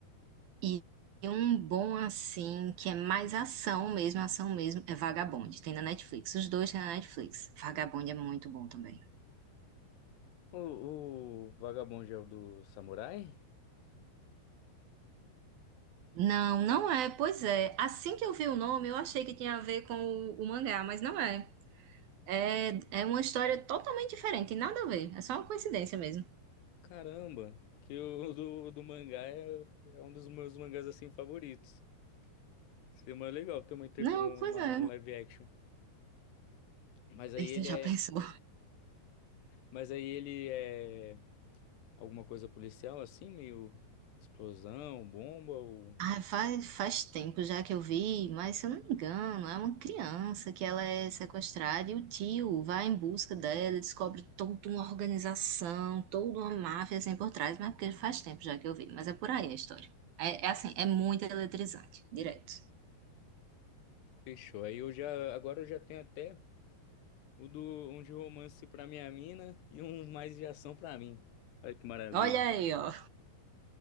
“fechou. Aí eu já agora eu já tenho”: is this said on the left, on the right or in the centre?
Left